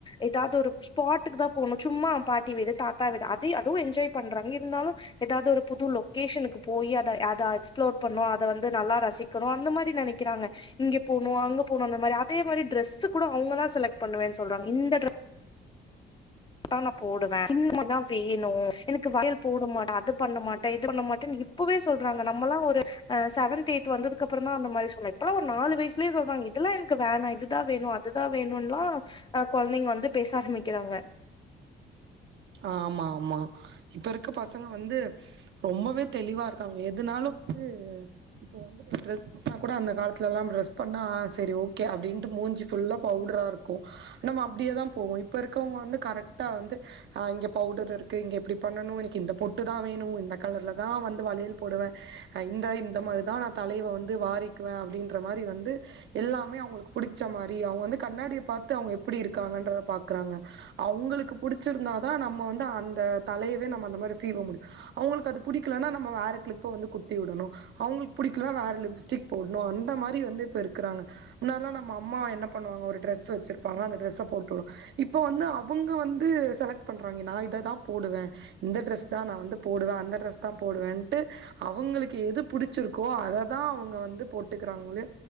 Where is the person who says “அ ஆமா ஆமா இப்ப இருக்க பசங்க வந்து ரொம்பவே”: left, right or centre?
Right